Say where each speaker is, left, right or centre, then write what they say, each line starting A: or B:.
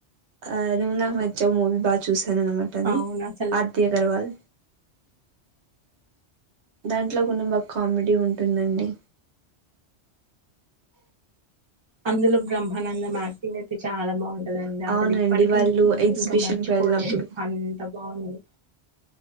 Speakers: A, on the right; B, on the right.
A: ఆ నువ్వు నాకు నచ్చావు మూవీ బా చూస్ సా ననమాటది
B: అవును అసలు
A: ఆర్తి అగర్వాల్ దాంట్లో కుంచం బా కామెడీ ఉంటుందండి
B: అందులో బ్రహ్మానంద యాక్టింగ్ అయితే చాలా బాం కదండి
A: అవునండి
B: అసలు ఇప్పటికీ
A: వాళ్ళు ఎగ్జిబిషన్
B: ఇంకా మర్చిపోలేదు
A: కి వెళ్ళినప్పుడు
B: అంత బాంది